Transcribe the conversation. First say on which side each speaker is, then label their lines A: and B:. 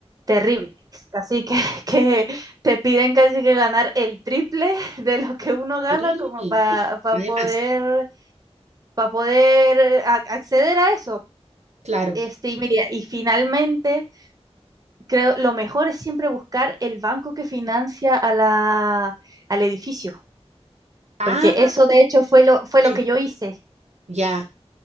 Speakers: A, on the right; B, on the right.
A: terribles, casi que, <laughs> que te piden casi que ganar el triple <laughs> de lo que uno gana
B: Sí,
A: como
B: sí.
A: para
B: sí, Además,
A: poder, para poder eh, ac- acceder a eso.
B: claro.
A: Este, y mira, y finalmente, creo, lo mejor es siempre buscar el banco que financia a la, al edificio,
B: Ah,
A: porque eso de hecho fue lo, fue lo
B: ok,
A: que yo hice,
B: ya.